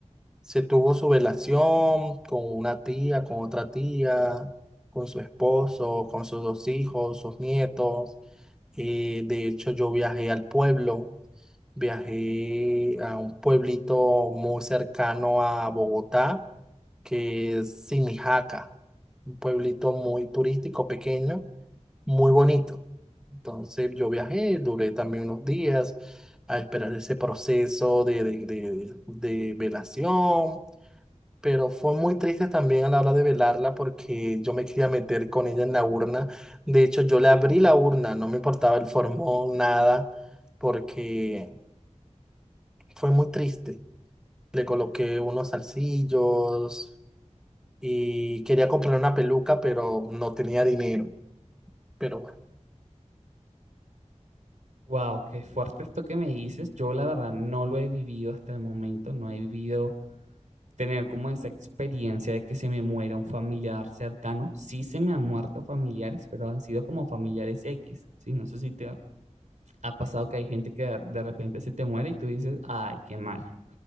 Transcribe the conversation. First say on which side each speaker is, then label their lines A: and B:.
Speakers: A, in the centre; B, on the right.
A: se tuvo su velación con una tía, con otra tía, con su esposo, con sus dos hijos, sus nietos. Eh, de hecho, yo viajé al pueblo, viajé a un pueblito muy cercano a Bogotá, que es Simijaca, un pueblito muy turístico, pequeño, muy bonito. Entonces yo viajé, duré también unos días a esperar ese proceso de, de, de- de velación, pero fue muy triste también a la hora de velarla porque yo me quería meter con ella en la urna. De hecho, yo le abrí la urna, no me importaba el formón, nada, porque fue muy triste. Le coloqué unos salsillos y quería comprar una peluca, pero no tenía dinero. Pero bueno.
B: Wow, qué fuerte esto que me dices. Yo la verdad no lo he vivido hasta el momento, no he vivido tener como esa experiencia de que se me muera un familiar cercano. Sí se me han muerto familiares, pero han sido como familiares X, ¿sí? No sé si te ha ha pasado que hay gente que de de repente se te muere y tú dices, ay, qué mal.